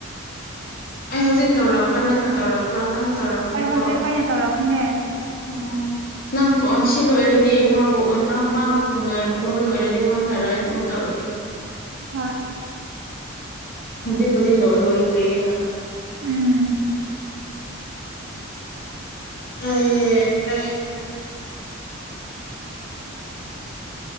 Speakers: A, on the left; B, on the right.
A: ꯑꯩ ꯍꯧꯖꯤꯛ ꯇꯧꯔꯛꯄ꯭ꯔꯥ ꯅꯪꯅ ꯇꯧꯔꯛꯄ꯭ꯔꯥ ꯅꯪꯅ ꯇꯧꯔꯛꯄꯅꯦꯀꯣ
B: ꯑꯩ ꯍꯧꯖꯤꯛ ꯑꯩꯅ ꯇꯧꯔꯛꯄꯅꯦ
A: ꯎꯝ ꯎꯝꯪ ꯑꯣ ꯁꯤ ꯂꯣꯏꯔꯗꯤ ꯃꯥꯕꯨ ꯅꯪ ꯃꯥꯕꯨ ꯁꯣꯏ ꯀꯨꯝꯕ ꯂꯣꯏꯔꯗꯤ ꯑꯩꯉꯣꯟꯗ ꯍꯥꯏꯔꯗ ꯑꯃꯨꯛ ꯇꯧꯔꯛꯀꯦ
B: ꯍꯣꯏ
A: ꯂꯤ ꯄꯨꯗꯤ ꯂꯣꯏꯍꯤꯔꯤꯌꯦ ꯅ
B: ꯎꯝ
A: ꯑ